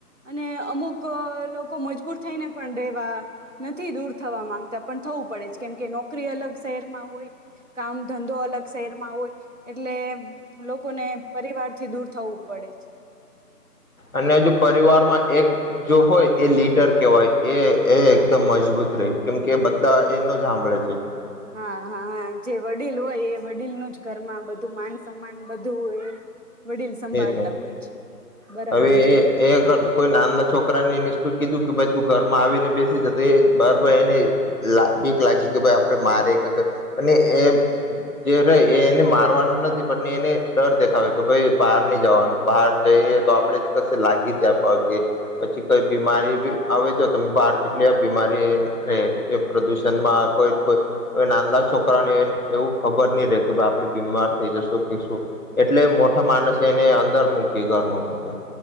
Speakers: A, on the right (about 50°); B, on the left (about 60°).
A: અને અમુક લોકો મજબૂર થઈને પણ રહેેવા નથી દૂર થવા માંગતા પણ થવું પડે જ કેમ કે નોકરી અલગ શહેરમાં હોય. કામ ધંધો અલગ શહેરમાં હોય. એટલે લોકોને પરિવાર થી દૂર થવું પડે છે.
B: અને હજુ પરિવારમાં એક જો હોય એ લીડર કેવાય. એ એ એકદમ મજબૂત રે કેમ કે એનો સાંભળે છે.
A: હા હા હા જે વડીલ હોય એ વડીલનું જ ઘરમાં બધું માન સમાન બધું હોય વડીલ સંભાળતા
B: એ જ ન
A: છે બરાબર
B: હવે
A: છે
B: એ એ અર કોઈ નાલા છોકરાને એને શું કીધું કે ભાઈ તું ઘરમાં આવીને બેસી જા એ બારાઈ એને ભીક લાગે કે ભી આપડે મારે કે કઈ એ ને એ જે રેય એને મારવાનો નથી પણ એને ડર દેખાવે કે ભાઈ બહાર ની જવાનું બહાર જઈએ તો આપડે જ કશે લાગી જાય પગે પછી કઈ બીમારી આવે. જો તમે બહાર કેટલી બીમારી રેય એ પ્રદુષણ માં કોઈ કોઈ હવે નાંલા છોકરાને એવું ખબર નહી રહેે કે ભાઈ આપળે બીમાર થઈ. જશું કે શું? એટલે આ માણસે એને અંદર મૂકી ઘરમાં મૂકી